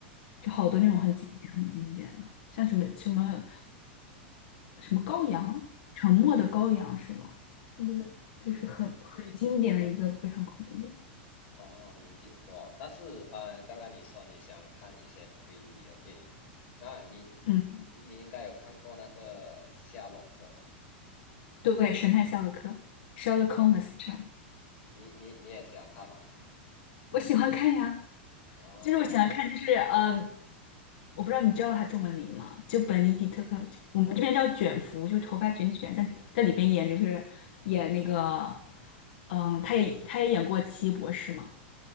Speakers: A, on the left; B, on the left.
A: 就好多那种很经典、
B: 哦，
A: 很经典的，像什么什么什么羔羊，
B: 呃，
A: 沉默的羔羊是吧？那个就是很很经典的一个非常恐怖电影。
B: 嗯，没，哦，没听过。但是呃，刚刚你说你想看一些推理的电影，那你
A: 嗯，
B: 你应该有看过那个《夏洛克》吧？
A: 对，神探夏洛克 （Sherlock
B: 哦，
A: h o m e s 这样，
B: 你你你也喜欢看吗？
A: 我喜欢看呀。
B: 哦，
A: 就是我喜欢看，就是呃，我不知道你知道他中文名吗？就本尼迪特克，我们这边叫卷福，就是头发卷卷，在在里边演就是演那个，嗯，他也他也演过《奇异博士》嘛，